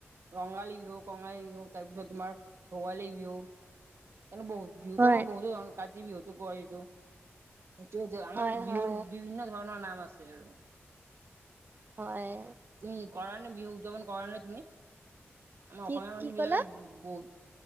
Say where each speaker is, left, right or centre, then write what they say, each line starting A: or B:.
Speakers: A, on the right (about 65°); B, on the right (about 45°).
A: ৰঙালী বিহু কঙালী বিহু তাৰপিছত তোমাৰ ভোগালী বিহু। এনে বহুত বিহু
B: হয়
A: তু আমাৰ বহুতে ধৰনৰ কাটি বিহু কই হেইটো। সেইটোৱেইতো আমাৰ
B: হয় হয়
A: বিহুৰ বিভিন্ন ধৰণৰ নাম আছে আৰু
B: হয়
A: তুমি কৰা নে বিহু উদযাপন কৰা নে তুমি আমাৰ
B: কি
A: অসমীয়া মানুহ
B: কি
A: বিলাকে
B: ক'লা
A: বহুত